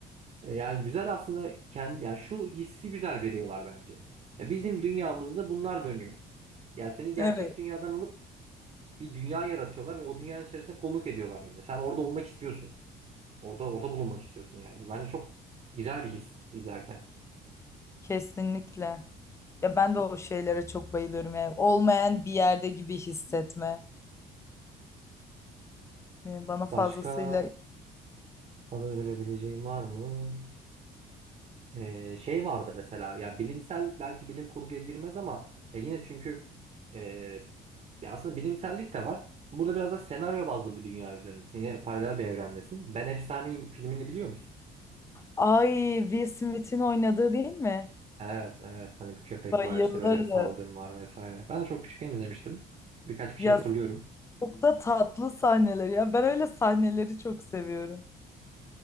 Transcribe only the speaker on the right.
E, Yani güzel aslında kendi yani şu hissi güzel veriyorlar bence. Ya bizim dünyamızda bunlar dönüyor. Yani seni gerçek
dünyadan alıp bir dünya yaratıyorlar ve o dünyanın içerisinde konuk ediyorlar gibi. Sen orada olmak istiyorsun. Orada orada bulunmak istiyorsun yani. Bence çok güzel bir his izlerken.
Başka sana önerebileceğim var mı? Ee, şey vardı mesela ya bilimsel belki bilim kurguya girmez ama ya yine çünkü e, ya aslında bilimsellik de var. Burada biraz da senaryo bazlı bir dünya üzerindesin. Yine paralel bir evrendesin. Ben Efsaneyim filmini biliyor musun?
Evet evet hani bir köpek
var işte böyle bir salgın var vesaire. Ben de çok küçükken izlemiştim. Birkaç bir
şey hatırlıyorum.